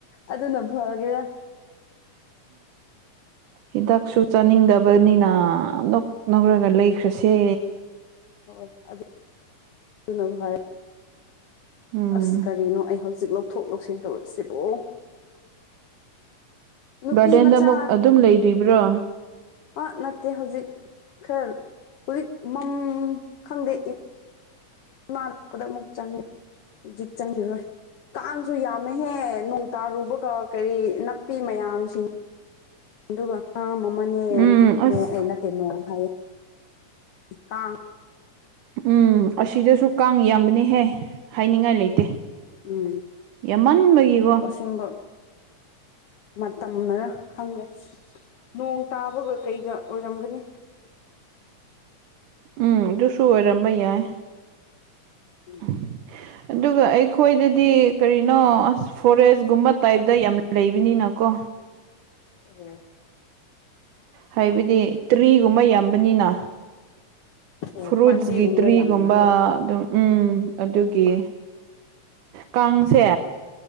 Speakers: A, on the left; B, on the right.
A: ꯑꯗꯨꯅ ꯐꯒꯦꯔꯥ
B: ꯍꯤꯗꯥꯛꯁꯨ ꯆꯥꯅꯤꯡꯗꯕꯅꯤꯅ ꯅꯣꯛ ꯅꯣꯛꯔꯒ ꯂꯩꯈ꯭ꯔꯁꯦ
A: ꯍꯣꯏ ꯍꯣꯏ ꯑꯗꯨ ꯑꯗꯨꯅ ꯐꯩ
B: ꯎꯝ
A: ꯑꯁ ꯀꯔꯤꯅꯣ ꯑꯩ ꯍꯧꯖꯤꯛ ꯂꯧꯊꯣꯛ ꯂꯧꯁꯤꯟ ꯇꯧꯔꯤꯁꯤꯕꯨ ꯅꯨꯄꯤ
B: ꯒꯥꯔꯗꯦꯟꯗ
A: ꯃꯆꯥ
B: ꯑꯃꯨꯛ ꯑꯗꯨꯝ ꯂꯩꯔꯤꯕ꯭ꯔꯣ
A: ꯑꯥ ꯅꯠꯇꯦ ꯍꯧꯖꯤꯛ ꯈꯔ ꯍꯧꯖꯤꯛ ꯃꯝ ꯈꯪꯗꯦ ꯏꯃꯥꯗ ꯂꯥꯛꯄꯗ ꯑꯃꯨꯛ ꯆꯪꯒꯦ ꯍꯧꯖꯤꯛ ꯆꯪꯉꯤꯔꯣꯏ ꯀꯥꯡꯁꯨ ꯌꯥꯝꯃꯦꯍꯦ ꯅꯣꯡ ꯇꯥꯔꯨꯕꯒ ꯀꯔꯤ ꯅꯥꯄꯤ ꯃꯌꯥꯝꯁꯤꯡ ꯑꯗꯨꯒ ꯑ ꯑꯃꯅꯦ
B: ꯎꯝ
A: ꯅꯣꯛꯑꯦ
B: ꯑꯁ
A: ꯅꯠꯇꯦ ꯅꯣꯡ ꯍꯥꯏꯌꯦ ꯀꯥꯡ
B: ꯎꯝ ꯑꯁꯤꯗꯁꯨ ꯀꯥꯡ ꯌꯥꯝꯕꯅꯤꯍꯦ ꯍꯥꯏꯅꯤꯡꯉꯥꯏ ꯂꯩꯇꯦ
A: ꯎꯝ
B: ꯌꯥꯝꯃꯟꯕꯒꯤ
A: ꯑꯁꯦꯡꯕ ꯃꯇꯝꯅꯔꯥ ꯈꯪꯗꯦ ꯅꯣꯡ ꯇꯥꯕꯒ ꯀꯩꯒ ꯑꯣꯏꯔꯝꯒꯅꯤ
B: ꯎꯝ ꯑꯗꯨꯁꯨ ꯑꯣꯏꯔꯝꯕ ꯌꯥꯏ
A: ꯎꯝ
B: <inaudible> ꯑꯗꯨꯒ ꯑꯩꯈꯣꯏꯗꯗꯤ ꯀꯔꯤꯅꯣ ꯑꯁ ꯐꯣꯔꯦꯁꯀꯨꯝꯕ ꯇꯥꯏꯞꯇ ꯌꯥꯝ ꯂꯩꯕꯅꯤꯅꯀꯣ
A: ꯑꯣ
B: ꯍꯥꯏꯕꯗꯤ ꯇꯔꯤꯒꯨꯝꯕ ꯌꯥꯝꯕꯅꯤꯅ
A: ꯑꯣ
B: ꯐ꯭ꯔꯨꯠꯁꯀꯤ
A: ꯄꯥꯝꯕꯤꯒꯨꯝꯕ
B: ꯇ꯭ꯔꯤꯒꯨꯝꯕ
A: ꯌꯥꯝ ꯂꯩꯕ꯭ꯔꯣ
B: ꯑꯗꯨꯝ ꯎꯝ ꯑꯗꯨꯒꯤ ꯀꯥꯡꯁꯦ